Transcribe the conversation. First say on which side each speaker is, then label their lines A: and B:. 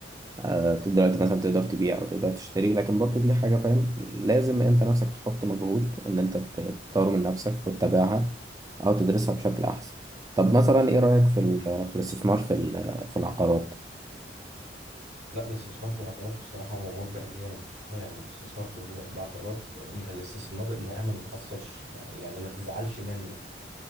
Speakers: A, on the right; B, on the right.
A: آه، دلوقتي مثلا تقدر تبيع او تقدر تشتري لكن برضو دي حاجة فاهم لازم انت نفسك تحط مجهود ان انت ت- تطور من نفسك وتتابعها او تدرسها بشكل احسن طب مثلا ايه رأيك في
B: مم.
A: ال- في الاستثمار في ال- في العقارات
B: لا الاستثمار في العقارات بصراحة هو مربح جامد يعني الاستثمار في العقارات من الاستثمار اللي هي ما بيخسرش يعني ما تزعلش منه